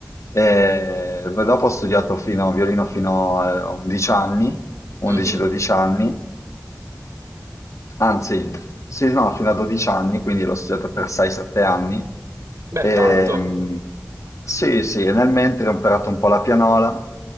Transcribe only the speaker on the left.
E poi dopo ho studiato fino, violino fino a 11 anni, 11-12
anni, anzi, sì, no, fino a 12 anni, quindi l'ho studiato per 6-7 anni.
E,
mm, sì, sì, e nel mentre ho imparato un po' la pianola,